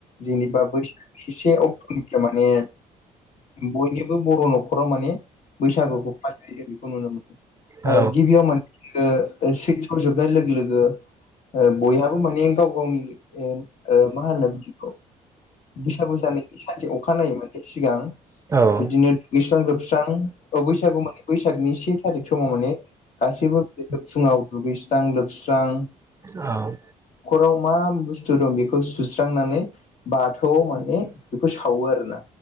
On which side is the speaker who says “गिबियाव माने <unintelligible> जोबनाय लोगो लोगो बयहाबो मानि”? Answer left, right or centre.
Left